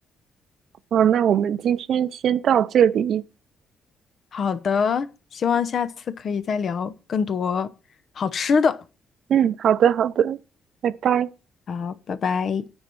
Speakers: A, on the right (about 65°); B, on the left (about 50°).
A: 哦，那我们今天先到这里。
B: 好的，希望下次可以再聊更多好吃的。
A: 嗯，好的，好的，拜拜。
B: 好，拜拜。